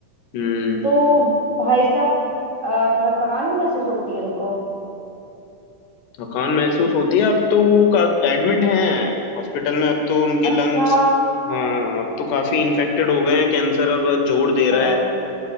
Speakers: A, on the left; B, on the right.
A: हम्म
B: तो भाई साहब अ, थकान भी महसूस होती है उनको
A: थकान महसूस होती है अब तो वो का एडमिट हैं हॉस्पिटल में अब तो उनके
B: अच्छा
A: लंग्स हाँ अब तो काफी इन्फेक्टेड हो गए हैं कैंसर अब जोर दे
B: बहुत
A: रहा है
B: ज्यादा